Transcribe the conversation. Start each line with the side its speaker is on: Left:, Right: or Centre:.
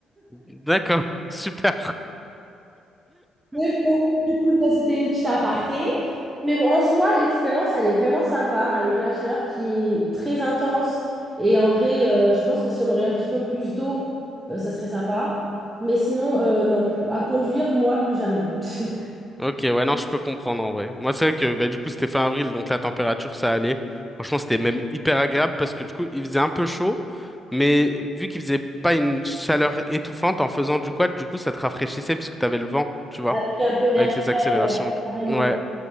Centre: D'accord, <laughs> super.
Right: Mais bon, du coup, ça, c'était une petite aparté. Mais bon, en soi, l'expérience, elle est vraiment sympa, malgré la chaleur qui est très intense. Et en vrai, euh, je pense que si on aurait un petit peu plus d'eau, euh, ça serait sympa. Mais sinon, euh, non, plus, à conduire, moi, plus jamais. <laughs>
Centre: Ok, ouais, non, je peux comprendre en vrai. Moi, c'est vrai que bah, du coup, c'était fin avril, donc la température, ça allait. Franchement, c'était même hyper agréable parce que du coup, il faisait un peu chaud, mais vu qu'il faisait pas une chaleur étouffante en faisant du quad, du coup, ça te rafraîchissait puisque t'avais le vent, tu vois,
Right: Avec un peu d'air
Centre: avec
Right: frais,
Centre: les accélérations.
Right: ouais, carrément.
Centre: Ouais,